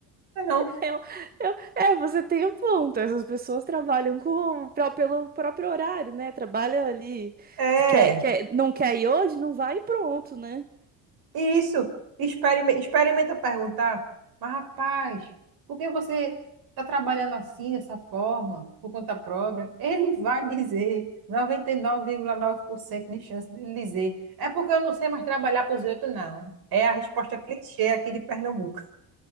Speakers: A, on the right; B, on the right.
A: É não,
B: eu, eu- é, você tem um ponto. Essas pessoas trabalham com, pra- pelo próprio horário, né? Trabalha ali.
A: é.
B: Quer, quer, não quer ir hoje? Não vai e pronto, né?
A: Isso, experimenta, experimenta perguntar, mas rapaz, por que você está trabalhando assim, dessa forma, por conta própria? Ele vai dizer, noventa e nove nove vírgula nove por cento de chance dele dizer, é porque eu não sei mais trabalhar para os outros, não. É a resposta clichê aqui de Pernambuco.